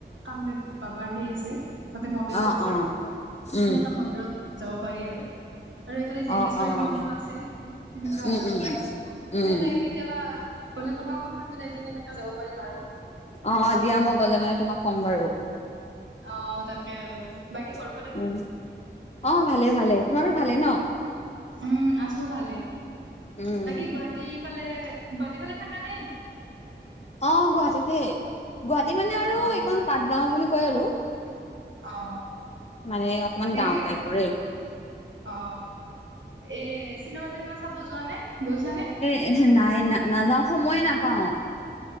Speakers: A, on the right; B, on the left.
A: কামদেৱ বাবাৰ সেই আছে, তাতে মন্দিৰটো
B: অ',
A: আছে,
B: অ', উম,
A: সেনেকা মন্দিৰত যাব পাৰি আৰু। আৰু এইফালে
B: অ',
A: ডিৰ্গেশ্বৰী
B: অ',
A: মন্দিৰো আছে, সেনেকুৱা
B: উম,
A: আৰু।
B: উম, উম,
A: ভাল লাগে, কেতিয়াবা গ'লে ক'বা সময় মিলাই কিনি এনেকে যাব পাৰিম আৰু।
B: অ অ দিয়া মই গ'লে মানে তোমাক ক'ম বাৰু।
A: অ তাকে আৰু বাকী ঘৰ
B: অ ভালে ভালে, তোমাৰো ভালে ন?
A: উম আছো ভালেই,
B: উম,
A: বাকী গুৱাহাটী ফালে গুৱাহাটী ফালে থাকা নে?
B: অ গুৱাহাটীতে, গুৱাহাটী মানে
A: অ'।
B: পাত গাঁও বুলি কয় আৰু,
A: অ
B: মানে অকমান গাওঁ
A: এই
B: টাইপৰে।
A: অ এ চিনেমা-তিনেমা চাব যোৱা নে গৈছা নে?
B: এ নাই না নাযাওঁ সময়ে নাপাওঁ।